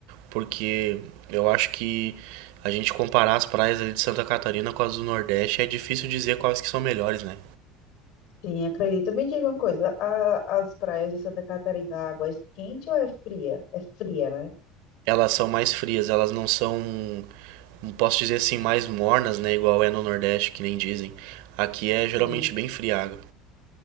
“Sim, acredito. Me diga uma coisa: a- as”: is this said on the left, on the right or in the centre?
Left